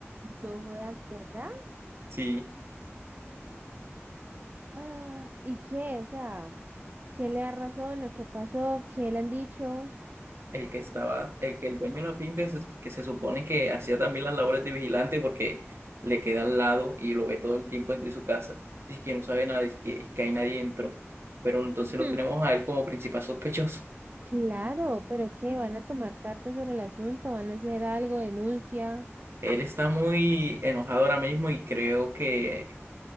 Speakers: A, on the right (about 40°); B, on the right (about 60°).
A: No jodas, ¿verdad? <gasps>
B: Sí,
A: Ah, ¿y qué? O sea, ¿quién le da razón o qué pasó? ¿Qué le han dicho?
B: el que estaba, el que el dueño de la finca se- que se supone que hacía también las labores de vigilante porque le queda al lado y lo ve todo el tiempo desde su casa, dice que no sabe nada, dice que, que hay nadie dentro, pero entonces lo
A: Hmm,
B: tenemos a él como principal sospechoso.
A: Claro, pero ¿qué? ¿Van a tomar <laughs> cartas sobre el asunto? ¿Van a hacer algo? ¿Denuncia?
B: Él está muy enojado ahora mismo y creo que